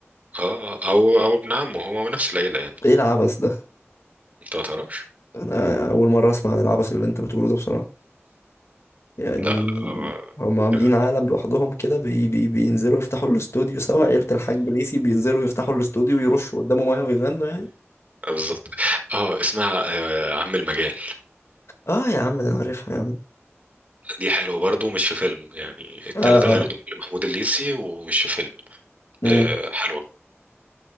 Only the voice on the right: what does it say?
اه او او ابن عمه هما من نفس العيله يعني
انت ما تعرفش
لا لا آه،
كده
آه، بالظبط اه اسمها آه، عم المجال
دي حلوه برضو مش في فيلم يعني التلات
اغاني دول لمحمود الليثي ومش في فيلم
آه حلوه